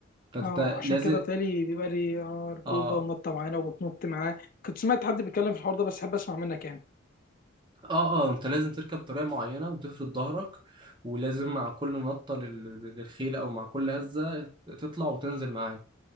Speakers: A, on the right (about 25°); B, on the left (about 45°).
A: فانت
B: اه عشان
A: لازم
B: كده بتهيألي بيبقى لي آه ركوبه
A: اه
B: ونطه معانا وتنط معاه كنت سمعت حد بيتكلم في الحوار ده بس حابب اسمع منك يعني
A: اه اه انت لازم تركب بطريقه معينه وتفرد ظهرك ولازم مع كل نطه لل... للخيل او مع كل هزه تطلع وتنزل معاه